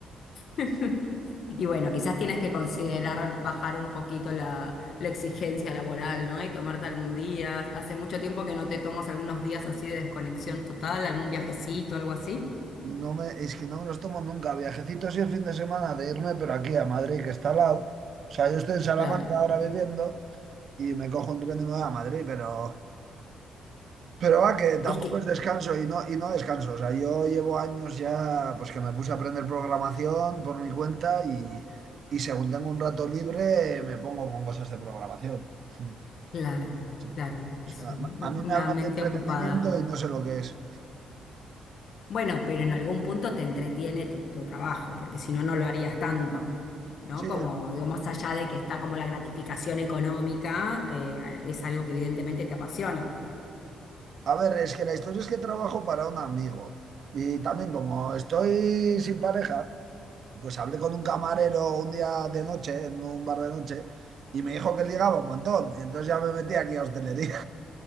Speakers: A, on the left; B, on the right.
A: <laughs> Y bueno, quizás tienes que considerar bajar un poquito la, la exigencia laboral, ¿no? Y tomarte algún día. Hace mucho tiempo que no te tomas algunos días así de desconexión total, algún viajecito, algo así.
B: No me, es que no me los tomo nunca. Viajecito así el fin de semana de irme, pero aquí a Madrid, que está al lado. O sea, yo estoy en Salamanca
A: Claro.
B: ahora viviendo y me cojo un tren y me voy a Madrid, pero, pero va, que tampoco
A: Es que,
B: es descanso y no, y no descanso. O sea, yo llevo años ya, pues que me puse a aprender programación por mi cuenta y, y según tengo un rato libre, me pongo con cosas de programación. Hmm,
A: claro,
B: Sí.
A: claro, es
B: O sea,
A: un- un-
B: a mí
A: una
B: me hablan
A: mente
B: de entretenimiento
A: ocupada.
B: y no sé lo que es.
A: Bueno, pero en algún punto te entretiene tu, tu trabajo, porque si no, no lo harías tanto, ¿no?
B: Sí,
A: Como, digo, más allá de que está como la gratificación económica, eh, es algo que evidentemente te apasiona.
B: A ver, es que la historia es que trabajo para un amigo y también como estoy sin pareja, pues hablé con un camarero un día de noche, en un bar de noche, y me dijo que ligaba un montón. Y entonces ya me metí aquí a hostelería.